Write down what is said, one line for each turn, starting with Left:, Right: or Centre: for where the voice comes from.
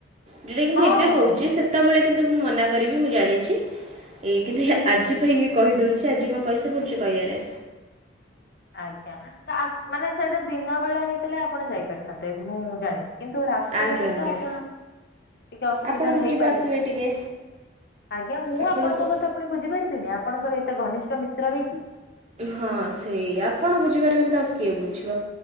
Right: ଯୋଉଟାକି ମୁଁ
Left: ହଁ
Right: ଏବେ କହୁଛି ସେତେବେଳେ କିନ୍ତୁ ମୁଁ ମନା କରିବି ମୁଁ ଜାଣିଛି ଏଇ କିନ୍ତୁ ଆଜି ପାଇଁ କି କହିଦଉଛି ଆଜି କଣ ପଇସା ପଡୁ କହିଆରେ।
Left: ଆଜ୍ଞା ତ ମାନେ ସେଇଟା ଦିନ ବେଳେ ହେଇଥିଲେ ଆପଣ ଯାଇପାରିଥାନ୍ତେ ମୁଁ ଜାଣିଛି। କିନ୍ତୁ ରାତି
Right: ଆଜ୍ଞା
Left: ବେଳେତ
Right: ଆଜ୍ଞା
Left: ଆପଣ ଟିକେ ଅସୁବିଧା
Right: ଆପଣ
Left: ହେଇପାରିବ।
Right: ବୁଝିପାରୁଥିବେ ଟିକେ
Left: ଆଜ୍ଞା ମୁଁ
Right: ଆପଣଙ୍କୁ
Left: ଆପଣଙ୍କ କଥା ପୁଣି ବୁଝିପାରିବିନି ଆପଣଙ୍କର ଏତେ ଘନିଷ୍ଠ ମିତ୍ର ହେଇକି।
Right: ହଁ ସେଇ ଆପଣ ବୁଝିପାରିବେନି ତ ଆଉ କିଏ ବୁଝିବ?